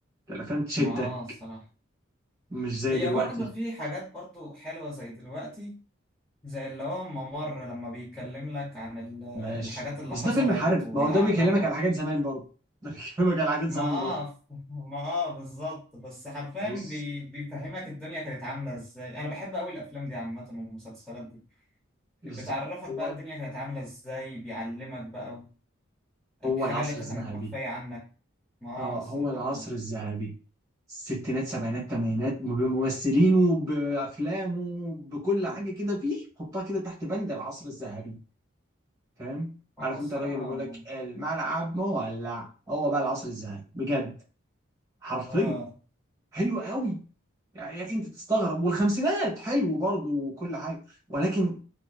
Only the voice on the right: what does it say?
الأفلام تشدك
مش زي
دلوقتي
ماشي
بس
ده فيلم حرب
ما هو ده بيكلمك على حاجات زمان برضه ده بيكلمك على حاجات زمان
برضه
بص
بالظبط
هو
هو
العصر
الذهبي
اه
هو العصر الذهبي الستينات سبعينات تمانينات بممثلينه بافلامه بكل حاجه كده فيه حطها كده تحت بند العصر الذهبي فاهم عارف
انت الراجل اللي بيقول لك الملعب مولع هو بقى العصر الذهبي بجد حرفيا
حلو قوي يعني يا اخي انت تستغرب والخمسينات حلو برضه وكل حاجه ولكن